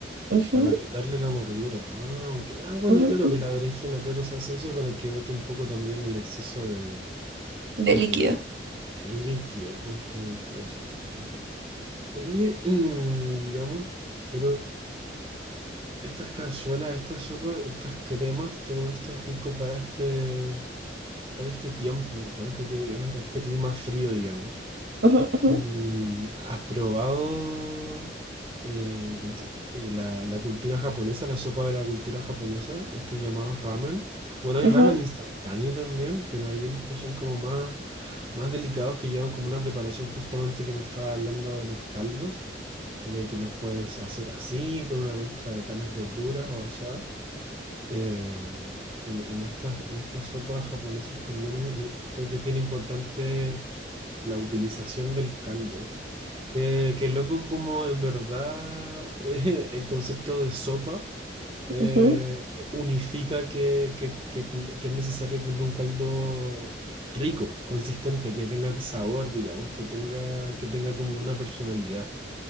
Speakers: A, on the right (about 80°); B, on the right (about 30°).
A: Ujú,
B: para quitarle la amargura. Ah, ok. Ah, bueno,
A: ujú,
B: claro,
A: ujú,
B: con la berenjena, claro, se hace eso para que bote un poco también el exceso de,
A: de líquido.
B: de Y líquido, justamente eso, sí, sí, sí. Y, y, mm, digamos, bueno, estas cazuelas, estas sopas, estas cremas, todo esto es rico para este, para este tiempo, para este, tie- este clima frío, digamos.
A: Ujú, ujú,
B: Mm, ¿Has probado eh, ponte- eh, la, la cultura japonesa, la sopa de la cultura japonesa, estos llamados ramen? Bueno, hay
A: ujú,
B: ramen instantáneo también, pero hay unos que son como más, más delicados que llevan como una preparación justamente que me estaba hablando de los caldos, de que los puedes hacer así, con una mezcla de tales verduras o asar. Eh, en, en estas, en estas sopas japonesas también es, mi- creo que es bien importante la utilización del caldo. Qué, qué loco como en verdad eh, el concepto de sopa eh,
A: ujú,
B: unifica que, que, que- que es necesario tener un caldo rico, consistente, que tenga sabor, digamos, que tenga, que tenga como una personalidad.